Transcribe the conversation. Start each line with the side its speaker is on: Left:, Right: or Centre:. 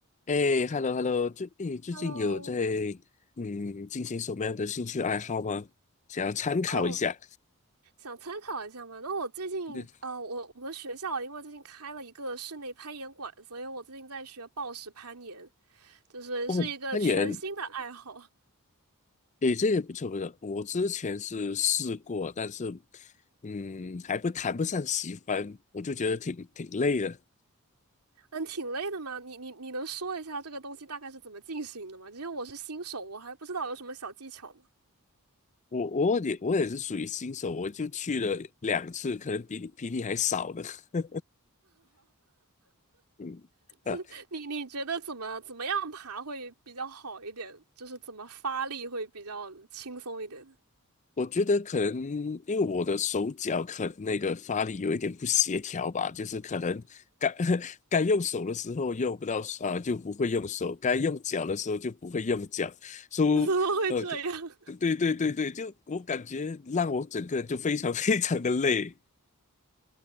Left: 哎，hello hello，最哎最近有在
Right: Hello，
Left: 嗯进行什么样的兴趣爱好吗？想要参考一下。
Right: 哦，想参考一下嘛？那我最近，
Left: 嗯
Right: 啊，我我们学校啊因为最近开了一个室内攀岩馆，所以我最近在学暴石攀岩，就是是一个全新的爱好。
Left: 哦，攀岩，哎，这个不错不错。我之前是试过，但是嗯还不谈不上喜欢，我就觉得挺挺累的。
Right: 嗯，挺累的嘛。你你你能说一下这个东西大概是怎么进行的吗？因为我是新手，我还不知道有什么小技巧呢。
Left: 我我也我也是属于新手，我就去了两次，可能比你比你还少的。<laughs> 嗯呃
Right: <laughs> 你你觉得怎么怎么样爬会比较好一点？就是怎么发力会比较轻松一点？
Left: 我觉得可能因为我的手脚可能那个发力有一点不协调吧，就是可能该 <laughs> 该用手的时候用不到啊、呃就不会用手；该用脚的时候就不会用脚。
Right: <laughs>
Left: 所以呃，
Right: 怎么会这样？
Left: 可对对对对，就我感觉让我整个人就非常 <laughs> 非常的累。